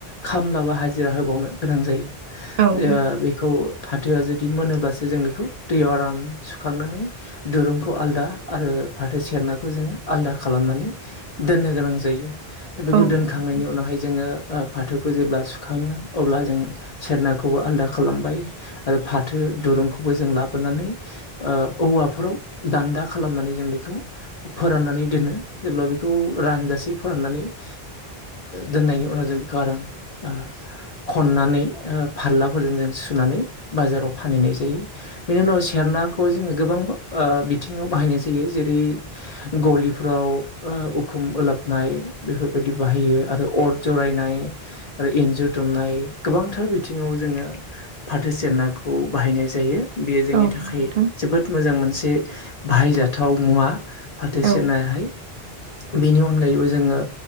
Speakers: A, on the left (about 50°); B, on the right (about 65°).
A: खामला बा हाजिरा होबावनो गोनां जायो।
B: औ
A: ओ
B: नंगौ
A: बेखौ फाथोआ जुदि मोनोब्लासो जों बेखौ दैयाव आराम सुखांनानै दुरुंखौ आलदा आरो फाथो सेरनाखौ जोङो आलदा खालामनानै दोननो गोनां जायो। दा बेखौ
B: औ
A: दोनखांनायनि
B: नंगौ नोंथां
A: उनावहाय जोङो ओ फाथोखौ जेब्ला सुखाङो अब्ला जों सेरनाखौबो आलदा खालामबाय आरो फाथो दुरुंखौबो जों लाबोनानै ओ औवाफोराव दान्दा खालामनानै जों बेखौ फोरान्नानै दोनो जेब्ला बेखौ रानजासे फोरान्नानै ओ दोननायनि उनाव जों बेखौ आराम ओ खन्नानै फाल्ला फोरजों जों सुनानै बाजाराव फानहैनाय जायो बेनि उनाव सेरनाखौ जोङो गोबां ओ बेफ बिथिङाव बाहायनाय जायो जेरै गलिफ्राव ओ उखुम उलाबनाय बेफोरबायदि बाहायो आरो अर जरायनाय आरो इन्जुर दुमनाय गोबांथार बिथिङाव जों जोङो फाथो सेरनाखौ बाहायनाय जायो। बेयो जोंनि
B: औ नंगौ औ नंगौ
A: थाखाय
B: नोंथां
A: जोबोद मोजां मोनसे बाहायजाथाव मुवा। फाथो
B: औ
A: सेरनायाहाय बेनि अनगायैबो जोङो